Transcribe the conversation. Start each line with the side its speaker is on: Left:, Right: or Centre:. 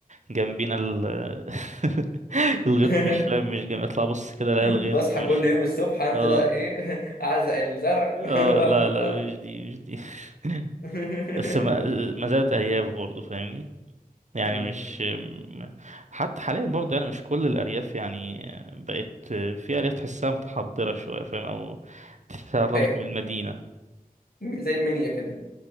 Right: جنبينا ال <laughs> الغيط
Left: <laughs>
Right: مش فاهم مش جنب اطلع بص كده الاقي الغيط
Left: بصحى
Right: في وشي
Left: كل يوم الصبح انزل
Right: اه
Left: ايه <laughs> اعزق الزرع
Right: اه
Left: <laughs> واعزق
Right: لا
Left: الارض
Right: لا مش دي مش دي <laughs>
Left: <laughs>
Right: بس ما ما زالت ارياف برضه فاهمني يعني
Left: مم.
Right: مش م- حتى حاليا برضه يعني مش كل الارياف يعني بقت في ارياف تحسها متحضره شويه فاهم او تقربت
Left: فاهم
Right: من المدينه
Left: زي المنيا كده